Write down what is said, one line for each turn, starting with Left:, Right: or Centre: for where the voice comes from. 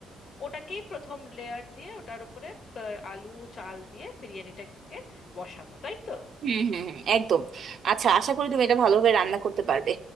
Left: ওটাকেই প্রথম লেয়ার দিয়ে ওটার উপরে আহ, আলু চাল দিয়ে বিরিয়ানিটাকে বসাবো তাই তো
Right: হুম হুম হুম একদম আচ্ছা আশা করি তুমি এটা ভালোভাবে রান্না করতে পারবে